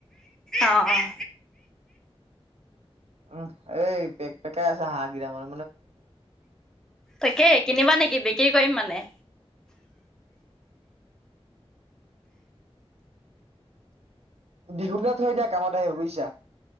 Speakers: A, in the centre; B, on the right (about 85°).
A: অঁ অঁ
B: উম এই পেক পেকাই আছে হাঁহ কেইটামান
A: তাকেই কিনিবা নেকি বিক্ৰী কৰিম মানে
B: বিহুলে থৈ দিয়া কামত আহিব বুজিছা।